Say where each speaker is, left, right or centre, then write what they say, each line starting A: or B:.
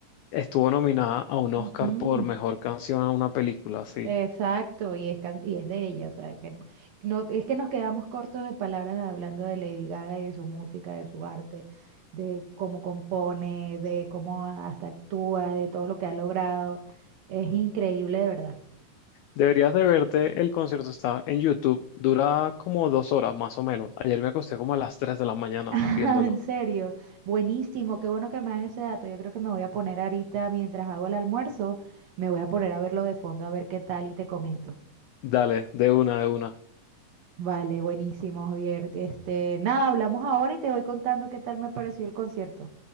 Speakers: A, on the left; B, on the right.
A: Estuvo nominada a un Oscar
B: Ujú.
A: por mejor canción a una película, sí.
B: Exacto, y es, can- y es de ella, o sea, que no, es que nos quedamos cortos de palabras hablando de Lady Gaga y de su música, de su arte, de cómo compone, de cómo hasta actúa, de todo lo que ha logrado. Es increíble, de verdad.
A: Deberías de verte, el concierto está en YouTube, dura como dos horas más o menos. Ayer me acosté como a las 3 de la mañana
B: <laughs> Ah,
A: viéndolo.
B: En serio, buenísimo, qué bueno que me das ese dato. Yo creo que me voy a poner ahorita, mientras hago el almuerzo, me voy a poner a verlo de fondo a ver qué tal y te comento.
A: Dale, de una, de una.
B: Vale, buenísimo, Javier. Este, nada, hablamos ahora y te voy contando qué tal me pareció el concierto.